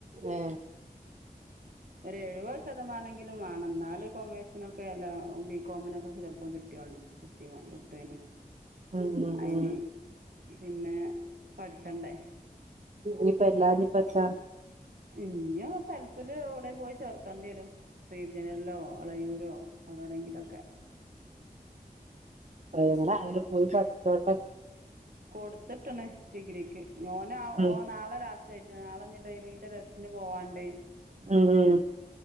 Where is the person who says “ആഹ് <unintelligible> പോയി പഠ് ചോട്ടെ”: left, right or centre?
Right